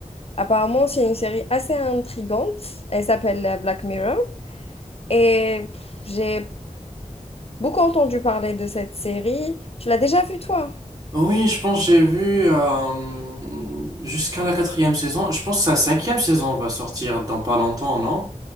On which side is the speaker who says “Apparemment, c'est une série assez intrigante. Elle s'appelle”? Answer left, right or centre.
Left